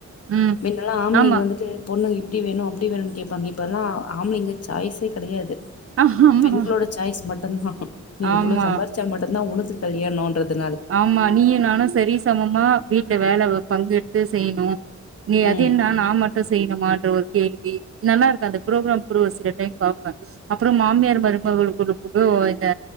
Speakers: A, on the right; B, on the left.
A: ம்
B: மின்னலா ஆம்லைங்க
A: ஆமா
B: வந்துட்டு பொண்ணுங்க இப்டி வேணு அப்டி வேணுனு கேப்பாங்க இப்பல்லா ஆம்ளைங்க சாய்ஸே கடையாது
A: ஆமா
B: பெண்களோட சாய்ஸ் மட்டுன்ஹா நீ
A: ஆமா
B: இவ்ளோ சம்பார்ச்சா மட்டுன்தா உனக்கு கல்யாணோன்றது
A: ஆமா நீயு நானு சரி சமமா வீட்ல வேலவு பங்கு எட்த்து செய்ணு நீ அதின்னா
B: ம்.
A: நா மட் ட்டு செய்ணுமான்ற ஒர் கேள்வி நல்லாருக்கு அந்த ப்ரோக்ராம் குடு சில டைம் பாப்ப அப்பறோ மாமியார் மருமகளுக்குளுக்குளு ஓய் இந்த